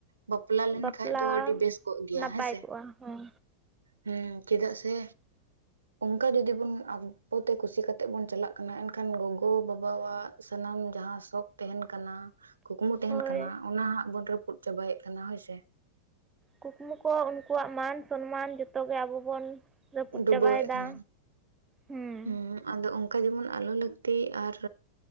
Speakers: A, on the right; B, on the right.
A: ᱵᱟᱯᱞᱟ ᱞᱮᱱᱠᱷᱟᱡ
B: ᱵᱟᱯᱞᱟ
A: ᱫᱚ ᱟᱹᱰᱤ ᱵᱮᱥ ᱠᱚᱜ ᱜᱮᱭᱟ
B: ᱱᱟᱯᱟᱭ
A: ᱦᱮᱸᱥᱮ?
B: ᱠᱚᱜᱼᱟ ᱦᱮᱸ
A: ᱦᱮᱸ ᱪᱮᱫᱟᱜ ᱥᱮ? ᱚᱝᱠᱟ ᱡᱩᱫᱤ ᱵᱚᱱ, ᱟᱵᱚᱛᱮ ᱠᱩᱥᱤ ᱠᱟᱛᱮᱜ ᱵᱚᱱ ᱪᱟᱞᱟᱜ ᱠᱟᱱᱟ ᱮᱱᱠᱷᱟᱱ ᱜᱚᱜᱚ ᱵᱟᱵᱟᱣᱟᱜ, ᱥᱟᱱᱟᱢ ᱡᱟᱦᱟᱸ ᱥᱚᱠ ᱛᱮᱦᱮᱱ ᱠᱟᱱᱟ᱾ ᱠᱩᱠᱢᱩ ᱛᱮᱦᱮᱱ
B: ᱦᱳᱭ
A: ᱠᱟᱱᱟ ᱚᱱᱟ ᱦᱟᱸᱜ ᱵᱚᱱ ᱨᱟᱹᱯᱩᱫ ᱪᱟᱵᱟᱭᱮᱜ ᱠᱟᱱᱟ ᱦᱳᱭ ᱥᱮ?
B: ᱠᱩᱠᱢᱩ ᱠᱚ ᱩᱱᱠᱩᱣᱟᱜ ᱢᱟᱱ ᱥᱚᱱᱢᱟᱱ ᱡᱚᱛᱚᱜᱮ ᱟᱵᱚ ᱵᱚᱱ᱾ ᱨᱟᱹᱯᱩᱫ
A: ᱰᱩᱵᱟᱹᱣᱮᱜ
B: ᱪᱟᱵᱟᱭᱮᱫᱟ
A: ᱠᱟᱱᱟ᱾
B: ᱦᱩᱸ
A: ᱦᱩᱸᱜ, ᱟᱫᱚ ᱚᱝᱠᱟ ᱡᱮᱢᱚᱱ ᱟᱞᱚ ᱞᱟᱹᱠᱛᱤ ᱟᱨ,